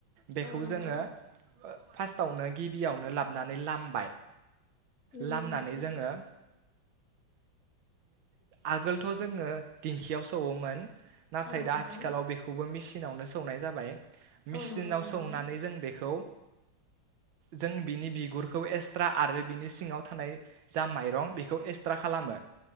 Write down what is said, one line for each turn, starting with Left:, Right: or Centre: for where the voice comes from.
Right: बेखौ
Left: औ नंगौ
Right: जोङो फार्स्टआवनो गिबियावनो लाबनानै लामबाय।
Left: नंगौ
Right: लामनानै
Left: नोंथां
Right: जोङो आगोलथ' जोङो दिंखियाव सौवोमोन। नाथाय
Left: औ
Right: दा
Left: नंगौ
Right: आथिखालाव बेखौबो मिसि सिनावनो सौनाय जाबाय। मेचिनाव
Left: औ नंगौ नोंथां
Right: सौनानै जों बेखौ जों बिनि बिगुरखौ एक्सट्रा आरो बिनि सिङाव थानाय जा माइरं बेखौ एक्सट्रा खालामो।